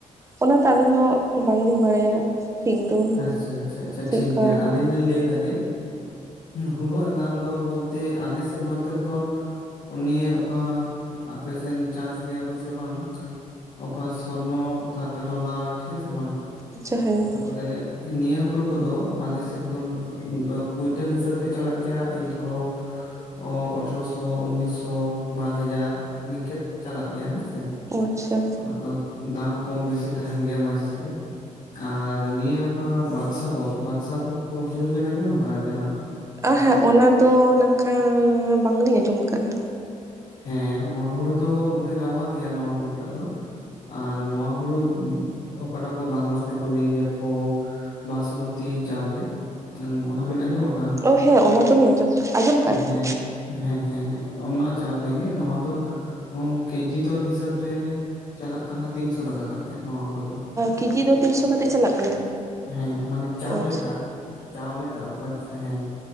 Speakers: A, on the right (about 20°); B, on the left (about 75°).
A: ᱚᱱᱟᱛᱮ ᱟᱹᱞᱤᱧ ᱦᱚᱸ ᱵᱟᱝᱞᱤᱧ ᱵᱟᱲᱟᱭᱟ ᱴᱷᱤᱠ ᱫᱚ
B: ᱟᱪᱪᱷᱟ ᱟᱪᱪᱷᱟ ᱟᱪᱷᱟ
A: ᱪᱮᱫᱠᱟ
B: ᱴᱷᱤᱠᱜᱮᱭᱟ ᱟᱹᱞᱤᱧ ᱞᱤᱧ ᱞᱮᱹᱭ ᱫᱟᱹᱞᱤᱱ ᱦᱩᱲᱳᱣᱟᱜ ᱫᱟᱢ ᱫᱚᱨ ᱵᱳᱞᱛᱮ ᱟᱞᱮ ᱥᱮᱫ ᱱᱚᱛᱮ ᱫᱚ ᱚᱱᱤᱭᱟᱹ ᱚᱠᱟ ᱟᱯᱮᱥᱱ ᱪᱟᱥ ᱜᱮᱭᱟ ᱠᱚ ᱥᱮ ᱵᱟᱝ ᱚᱠᱟ ᱥᱚᱨᱱᱚ ᱛᱟᱨᱯᱚᱨᱮ ᱞᱚᱞᱟᱴ ᱦᱮᱸ ᱥᱮ ᱵᱟᱝ
A: ᱟᱪᱪᱷᱟ ᱦᱮᱸ <unintelligible>
B: ᱨᱮ ᱱᱤᱭᱟᱹ ᱦᱩᱲᱩ ᱠᱚᱫᱚ ᱟᱞᱮᱥᱮᱫ ᱫᱚ ᱠᱩᱭᱴᱟᱹᱞ ᱦᱤᱥᱟᱹᱵ ᱛᱮ ᱪᱟᱞᱟᱜ ᱜᱮᱭᱟ ᱮᱭ ᱫᱷᱚᱨᱚ ᱦ <unintelligible> ᱚ ᱚᱴᱷᱨᱚ ᱥᱚ ᱩᱱᱤᱥ ᱥᱚ ᱵᱟᱨ ᱦᱟᱡᱟᱨ ᱱᱤᱝᱠᱮᱛ ᱪᱟᱞᱟᱜ ᱜᱮᱭᱟ ᱦᱮᱸᱥᱮ
A: ᱚ ᱟᱪᱪᱷᱟ
B: ᱚᱱᱟ ᱫᱚ ᱫᱟᱢ ᱠᱚᱢ ᱵᱤᱥᱤ ᱛᱟᱸᱦᱮᱱ ᱜᱮᱭᱟ ᱢᱟᱡᱷᱮ ᱥᱟᱡᱷᱮ ᱟᱨ ᱱᱤᱭᱟᱹ ᱚᱠᱟ ᱵᱟᱫᱥᱟ ᱵᱷᱳᱜᱽ ᱵᱟᱫᱥᱟ ᱵᱷᱳᱜᱽ ᱠᱚ ᱦᱩᱲᱩ ᱵᱤᱱ ᱟᱸᱡᱚᱢ ᱟᱠᱟᱫᱼᱟ ᱡᱟᱦᱟᱸ ᱛᱤᱥᱚᱜ
A: ᱟᱸ ᱦᱮᱸ ᱚᱱᱟᱫᱚ ᱱᱟᱜᱠᱷᱟᱱ ᱵᱟᱝᱞᱤᱧ ᱟᱸᱡᱚᱢ ᱠᱟᱜᱼᱟ
B: ᱦᱮᱸ ᱱᱚᱣᱟ ᱦᱩᱲᱩ ᱫᱚ ᱩᱹᱰᱤ ᱨᱟᱣᱟᱞ ᱜᱮᱭᱟ ᱱᱚᱣᱟ ᱦᱩᱲᱩ ᱴᱟᱜ ᱫᱚ ᱟᱨ ᱱᱚᱣᱟ ᱦᱩᱲᱩ ᱚᱠᱟᱴᱟᱜ ᱠᱚ ᱵᱟᱝᱞᱟ ᱛᱮᱠᱚ ᱞᱮᱹᱭ ᱜᱮᱭᱟ ᱠᱚ ᱵᱟᱥᱢᱚᱛᱤ ᱪᱟᱣᱞᱮ ᱚᱱᱟ ᱵᱤᱱ ᱟᱸᱡᱚᱢ ᱟᱠᱟᱜᱼᱟ
A: ᱚ ᱦᱮᱸ ᱚᱱᱟ ᱛᱚ ᱞᱤᱧ ᱟᱸᱡᱚᱢ ᱠᱟᱜᱼᱟ ᱟᱸᱡᱚᱢ
B: ᱦᱮᱸ
A: ᱠᱟᱜᱼᱟ ᱞᱤᱧ
B: ᱦᱮᱸ ᱦᱮᱸ ᱦᱮᱸ ᱚᱱᱟ ᱪᱟᱣᱞᱮ ᱜᱮ ᱱᱚᱣᱟ ᱫᱚ ᱚ ᱠᱮᱡᱤ ᱫᱚᱨ ᱦᱤᱥᱟᱹᱵ ᱨᱮ ᱪᱟᱞᱟᱜ ᱠᱟᱱᱟ ᱛᱤᱱᱥᱚ ᱴᱟᱠᱟ ᱠᱟᱛᱮᱫ ᱱᱚᱣᱟ ᱦᱳᱲᱳ ᱫᱚ
A: ᱠᱮᱡᱤ ᱫᱚ ᱛᱤᱱᱥᱚ ᱠᱟᱛᱮᱫ ᱪᱟᱞᱟᱜ ᱠᱟᱱᱟ
B: ᱦᱮᱸ ᱢᱟᱱᱮ ᱪᱟᱣᱞᱮ
A: ᱚ ᱟᱪᱪᱷᱟ
B: ᱴᱟᱜ ᱪᱟᱣᱞᱮ ᱴᱟᱜ ᱚᱠᱟ ᱦᱮᱸ